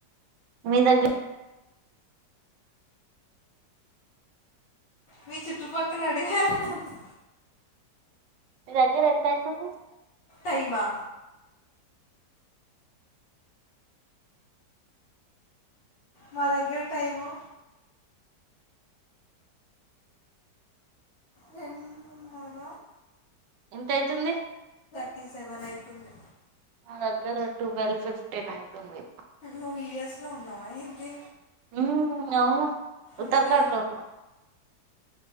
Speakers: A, on the right; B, on the left.
A: మీ దగ్గర
B: మీ చుట్టుపక్కల అడివే ఉందాన్న
A: మీ దగ్గర ఎంత అయితుంది సైవా
B: టైమా
A: <inaudible>
B: మా దగ్గర టైము రెండున్నర
A: ఎంత అయితుంది
B: తీ సెవెన్ అయితుంది
A: మా దగ్గర ట్వెల్వ్ ఫిఫ్టీన్ అయితుంది
B: నువ్వు యూఎస్ లో ఉన్నావా ఏంటి
A: ఉ అవును ఉత్తరాఖండ్
B: ఓకే
A: లో ఉన్నా